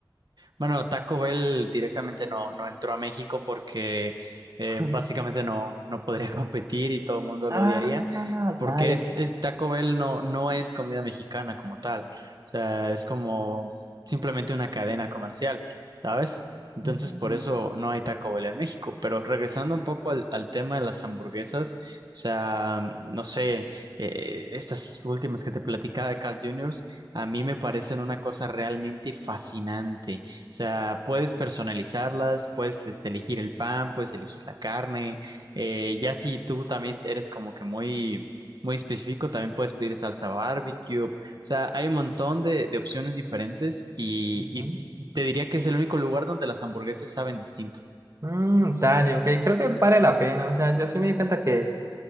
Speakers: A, on the right (about 55°); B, on the right (about 40°).
A: Bueno, Taco Bell directamente no, no entró a México porque eh,
B: <laughs>
A: básicamente no, no podría <laughs> competir y todo el mundo
B: Ah,
A: lo odiaría, porque
B: Dale.
A: es, es- Taco Bell no, no es comida mexicana como tal, o sea, es como simplemente una cadena comercial, ¿sabes? Entonces
B: Mm,
A: por eso no hay Taco Bell en México, pero regresando un poco al, al tema de las hamburguesas, o sea, no sé, eh, estas últimas que te platicaba de Carl Jr., a mí me parecen una cosa realmente fascinante. O sea, puedes personalizarlas, puedes este, elegir el pan, puedes elegir la carne. eh, ya si tú también eres como que muy, muy específico, también puedes pedir salsa barbecue. O sea, hay un montón de, de opciones diferentes y, y
B: Ujú.
A: te diría que es el único lugar donde las hamburguesas saben distinto.
B: Mm, dale, ok, creo que vale la pena, o sea, yo sí me di cuenta que